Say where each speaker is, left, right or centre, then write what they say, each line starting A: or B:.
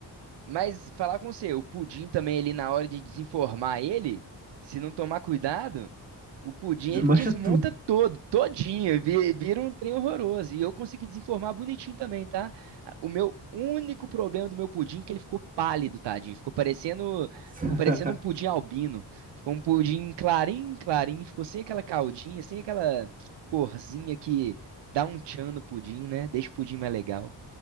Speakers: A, on the right; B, on the right.
A: Mas falar com você, o pudim também ali na hora de desenformar ele, se não tomar cuidado, o pudim
B: Desmancha
A: ele desmonta
B: tudo.
A: todo, todinho, vi- vira um trem horroroso. E eu consegui desenformar bonitinho também, tá? O meu único problema do meu pudim é que ele ficou pálido, tadinho. Ficou parecendo,
B: <laughs>
A: ficou parecendo um pudim albino. Ficou um pudim clarinho, clarinho, ficou sem aquela caldinha, sem aquela corzinha que dá um tchan no pudim, né? Deixa o pudim mais legal.